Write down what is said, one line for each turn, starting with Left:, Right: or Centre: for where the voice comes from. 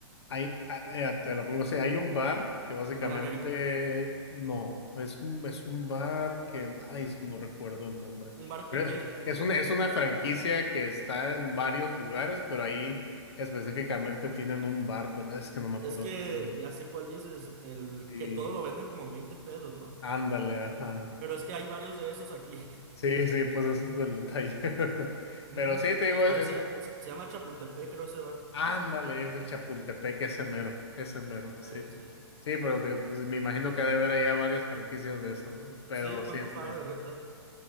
Left: hay, ah, eh, te la pongo así, hay un bar que básicamente,
Right: el Bar Américas.
Left: no, es un, es un bar que, ay, es que no recuerdo el nombre.
Right: Un bar que,
Left: Pero
Right: qué
Left: es
Right: <laughs>
Left: es una, es una franquicia que está en varios lugares, pero ahí específicamente tienen un bar, pero es que no me acuerdo
Right: es que
Left: el nombre.
Right: ya sé cuál dices, el
Left: Y
Right: que todo lo venden como en 20 pesos, ¿no?
Left: ándale, ajá.
Right: Pero es que hay varios de esos aquí.
Left: Sí, sí, pues ese es el detalle. <laughs>
Right: <laughs> Ujú.
Left: Pero sí, te digo,
Right: Así
Left: es,
Right: se
Left: eh,
Right: llama, se se llama Chapultepec, creo, ese bar.
Left: ándale, es el Chapultepec, ese mero, ese mero,
Right: Eh,
Left: sí.
Right: sí.
Left: Sí, pero te digo, pues me imagino que ha de haber allá varias franquicias de eso, ¿no? Pero
Right: Sí, ¿cuánto
Left: sí, este,
Right: paga de renta él?